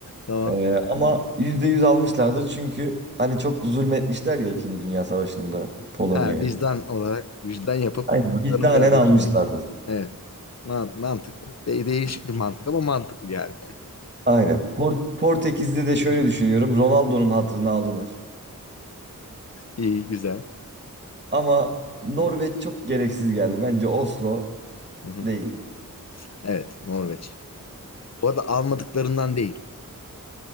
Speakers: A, on the left; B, on the right.
A: Tamam.
B: E, ama %100 almışlardır çünkü hani çok zulmetmişler ya İkinci Dünya Savaşı'nda Polonya'ya.
A: Ha vicdan olarak vicdan yapıp
B: Aynen. Vicdanen
A: canım kardeşim.
B: almışlardır.
A: Evet. Man- mantıklı. De- değişik bir mantık ama mantıklı yani.
B: Aynen. Port Portekiz'de de şöyle düşünüyorum. Ronaldo'nun hatırına alınır.
A: <laughs> İyi güzel.
B: Ama Norveç çok gereksiz geldi. Bence Oslo
A: Hı-hı.
B: değildi.
A: Evet Norveç. Bu arada almadıklarından değil.